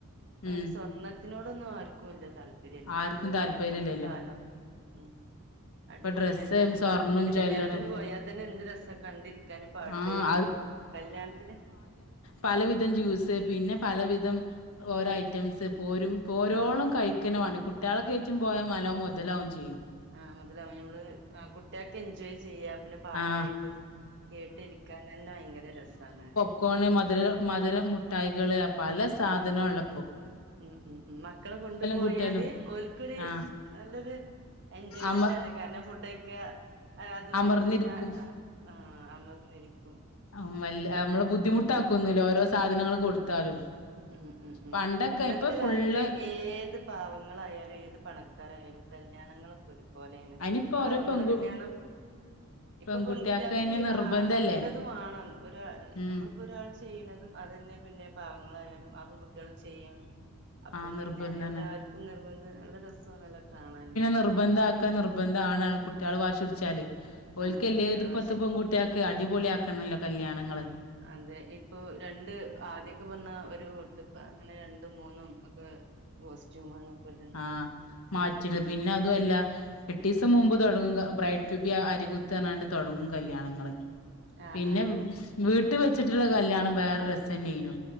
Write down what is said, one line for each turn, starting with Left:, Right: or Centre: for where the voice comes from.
Right: ഇപ്പയിൽ
Left: ഉം
Right: സ്വർണത്തി ത്തിതിനോടൊന്നും ആർക്കുംല്ല താല്പര്യം ഇല്ല
Left: ആർക്കും
Right: ഇടുല്ല
Left: താല്പര്യല്ലല്ലോ
Right: ഇന്നത്തെ കാലം. ഉം, അടിപൊളി
Left: ഇപ്പൊ ഡ്രസ്സ്
Right: കല്യാണങ്ങളാണ്.
Left: സ്വർണം
Right: ഇപ്പ ഒരു
Left: ജ്വല്ലറി
Right: കല്യാണ ത്തിന് പോയാൽ തന്നെ എന്ത് രസ കണ്ടിരിക്കാനും പാട്ട്
Left: ആഹ്
Right: കല്യാണത്തിന്
Left: പല വിധം ജ്യൂസ് പിന്നെ പല വിധം ഓരോ ഐ റ്റംസ്, പോരും പോരോളും കഴിക്കണ വേണ്ടി കുട്ടികളൊ കയറ്റും പോയാ, നല്ലോ മുതലാവുംച്ചിയും. ചെ <unintelligible> യ്യും
Right: ആ മുതലാവും ഞമ്മൾ കുട്ടികൾക്ക് എൻജോയ് ചെയ്യാ പിന്നെ പാട്ടായിട്ടും.
Left: ആഹ്
Right: കേട്ടിരിക്കാൻ തന്നെ ഭയങ്കര രസാണ്.
Left: ക്കോണ്, മധുര മധുരം മുട്ടായികൾ, പല സാധനം ഒള്ള
Right: ഉം, ഉം, ഉം, മക്കളെ കൊണ്ടുപോയാല്
Left: കുട്ടിയാലും
Right: ഒൽക്കൊരു
Left: ആഹ്
Right: നല്ലൊരു എൻജോയ്മെന്റാണ്
Left: അമ
Right: കാരണം ഫുഡയിക്ക അത് വാങ്ങി
Left: അമർന്നിരിക്കും
Right: തിന്നാ ആഹ് അമർന്നിരിക്കും
Left: മ്മല്ല് നമ്മള് ബുദ്ധിമുട്ടാക്കൊന്നില്ല ഓരോ സാധനങ്ങള് കൊടുത്താലും
Right: ഉമ് ഉമ് ഉമ്
Left: പണ്ടൊക്കെ
Right: ഇന്നത്തെ
Left: ഇപ്പൊ ഫുള്ള്
Right: കാലത്ത് ഏത് പാവങ്ങളായാലും ഏത് പണക്കാരായാലും കല്യാണങ്ങളൊക്കെ ഒരു പോലെയാണ്
Left: അയിനിപ്പോ
Right: മറ്റ് പാവങ്ങളുടെ
Left: ഓരോ പെൺകു
Right: കല്യാണം ഇപ്പ
Left: പെൺകുട്ടിയാക്ക്
Right: പെൺകുട്ടികൾക്ക്
Left: അയിന് നിർബന്ധല്ലേ
Right: ആഹ് എല്ലതും വേണം ഒരു
Left: ഉം
Right: നമ്മൾ ഇപ്പ ഒരാൾ ചെയ്യണതും അത് തന്നെ പിന്നെ പാവങ്ങളായാലും ആ പെൺകുട്ടികളും ചെയ്യാം അപ്പം
Left: ആ നിർബന്ധാണ്
Right: പിന്നെ എല്ലാർക്കും നിർബന്ധം നല്ല രസാണല്ലോ കാണാന്.
Left: നിർബന്ധ ഒക്കെ നിർബന്ധാണ് കുട്ടികള് വാശി പിടിച്ചാല് ഓൽക്ക്
Right: ആ
Left: എല്ലേതും
Right: കുട്ടികള്
Left: ഇപ്പത്തെ
Right: വശ
Left: പെൺകുട്ടികക്ക് അടിപൊളി ആക്കണല്ലോ കല്യാണങ്ങളെ
Right: അതെ ഇപ്പൊ രണ്ട് ആദ്യോക്കെ പറഞ്ഞ ഒരു വിട്ടിപ്പ അങ്ങനെ രണ്ടും മൂന്നും ഒക്കെ കോസ്റ്റ്യൂമാണ് ഇപ്പ ഇടുന്നത്
Left: ആഹ് മാറ്റിടും പിന്നെ അതും അല്ല എട്ടിസം മുമ്പ് തുടങ്ങും ബ്രൈഡ് റ്റുബി അരി കുത്താനാണ്ട് തുടങ്ങും കല്യാണങ്ങള്
Right: ആ
Left: പിന്നെ
Right: ആ ആ
Left: വീട്ടി വെച്ചിട്ടുള്ള കല്യാണം വേറെരു രസന്നേയ്നു.